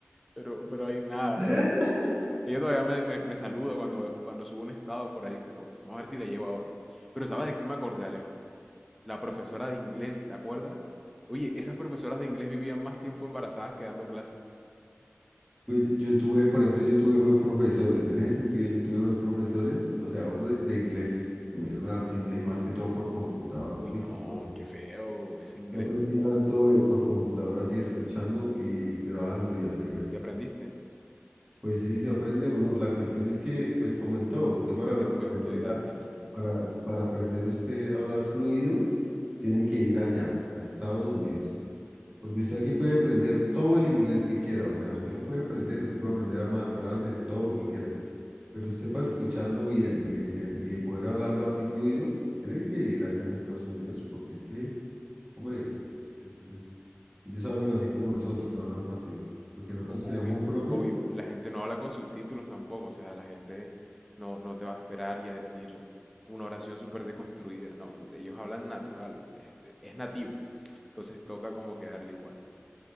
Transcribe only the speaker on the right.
<laughs>
Pues yo tuve, por ejemplo, yo tuve fue profesores, en ese sentido yo tuve fue profesores, o sea, hombres de inglés, que me dieron harto inglés, y más que todo por computador,
uy,
qué cosa.
Yo aprendí harto eh, por computador así, escuchando y grabando y así, y así.
Pues sí, se aprende uno. La cuestión es que, pues como en todo, usted
para
aprender
a,
para, para aprender usted a hablar fluido, tiene que ir allá, a Estados Unidos. Porque usted aquí puede aprender todo el inglés que quiera. O sea, usted lo puede aprender, usted puede aprender a armar frases, todo lo que quiera. Pero usted para escucharlo bien y, enten- y poder hablarlo así fluido, tienes que ir allá en Estados Unidos, porque es que, hombre, es, es- es- ellos hablan así como nosotros, hablan rápido. Porque nosotros
teníamos un profe.